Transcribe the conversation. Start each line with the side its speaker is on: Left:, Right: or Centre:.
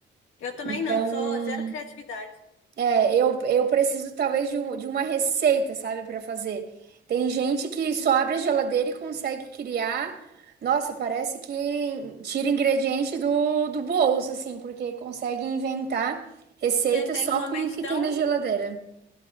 Left: Eu também
Right: Então,
Left: não, sou zero criatividade.
Right: é, eu, eu preciso talvez de, um- de uma receita, sabe, para fazer. Tem gente que só abre a geladeira e consegue criar. Nossa, parece que tira ingrediente do, do bolso, assim, porque consegue inventar receita
Left: Tem, tem
Right: só
Left: uma
Right: com
Left: mente
Right: o que
Left: tão.
Right: tem na geladeira.